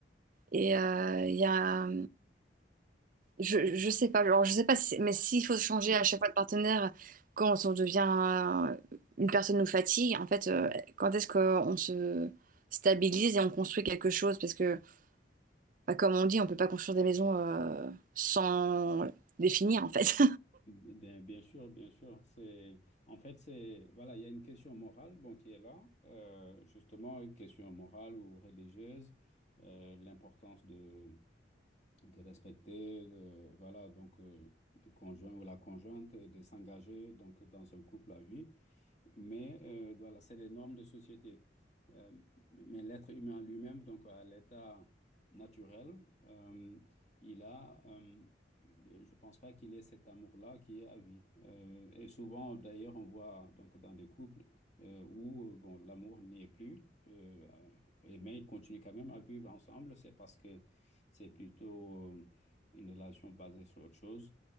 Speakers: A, on the right; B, on the left.
A: et euh, il y a, Je, je sais pas, alors je sais pas, si, mais s'il faut changer à chaque fois de partenaire quand on devient euh, une personne nous fatigue, en fait, euh, quand est-ce qu'on se stabilise et on construit quelque chose? Parce que, bah, comme on dit, on peut pas construire des maisons euh, sans les finir, en fait.
B: bien, bien sûr, bien sûr. C'est en fait c'est voilà, il y a une question morale bon qui est là, euh, justement une question morale ou religieuse, euh, l'importance de de respecter le, voilà, donc, euh, le conjoint ou la conjointe et de s'engager donc, dans un couple à vie. Mais euh, voilà, c'est les normes de société. Euh, mais l'être humain lui-même, donc à l'état naturel, euh, il a, euh, je pense pas qu'il ait cet amour-là qui est à vie. Euh, et souvent, d'ailleurs, on voit donc dans des couples euh, où euh, bon, l'amour n'y est plus, euh, et mais ils continuent quand même à vivre ensemble, c'est parce que c'est plutôt euh, une relation basée sur autre chose,